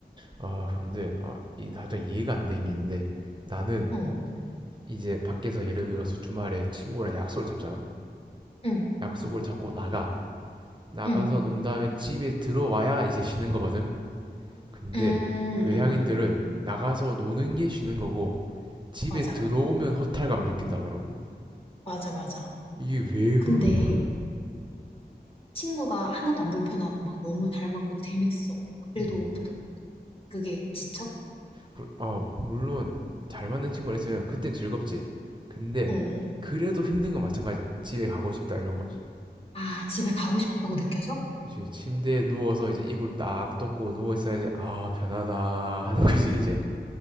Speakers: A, on the right; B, on the left.
A: 아 근데 아, 이 살짝 이해가 안 된 게 있는데 나는
B: 응,
A: 이제 밖에서 예를 들어서 주말에 친구랑 약속을 잡잖아.
B: 응,
A: 약속을 잡고 나가. 나가서
B: 응,
A: 논 다음에 집에 들어와야 이제 쉬는 거거든. 근데
B: 응,
A: 외향인들은
B: 응, 응.
A: 나가서 노는 게 쉬는 거고 집에
B: 맞아.
A: 들어오면 허탈감 느낀다더라고.
B: 맞아, 맞아.
A: 이게 왜
B: 근데
A: 그런 거야?
B: 친구가 하나도 안 불편하고 막 너무 잘 맞고 재밌어. 그래도
A: 음.
B: 그- 그게 지쳐?
A: 그- 아, 물론 잘 맞는 친구가 있으면 그땐 즐겁지. 근데
B: 어, 어.
A: 그래도 힘든 건 마찬가지야. 집에 가고 싶다 이런 거지.
B: 아, 집에 가고 싶다고 느껴져?
A: 그치, 침대에 누워서 이제 이불 딱 덮고 누워 있어야 이제 아 편하다 하는 거지 이제.